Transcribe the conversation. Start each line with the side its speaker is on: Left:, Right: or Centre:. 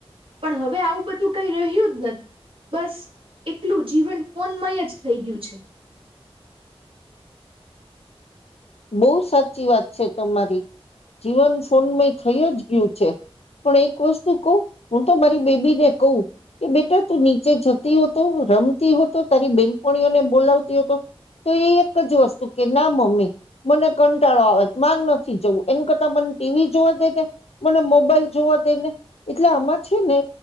Right: પણ હવે આવું બધું કઈ રહ્યું જ નથી. બસ એટલું જીવન ફોનમય જ થઈ ગયું છે.
Left: બહુ સાચી વાત છે તમારી જીવન ફોનમય થઈ જ ગયું છે. પણ એક વસ્તુ કહુ હું તો મારી બેબી ને કહું કે બેટા તું નીચે જતી હો હતો રમતી હો હતો તારી બેનપણીઓને બોલાવતી હતો. તો એ એક જ વસ્તુ કે ના મમ્મી મને કંટાળો આવેત ન નથી જવું એમ કરતા મને ટીવી જોવા દે ને મને મોબાઈલ જો ના દેને એટલે આમાં છે ને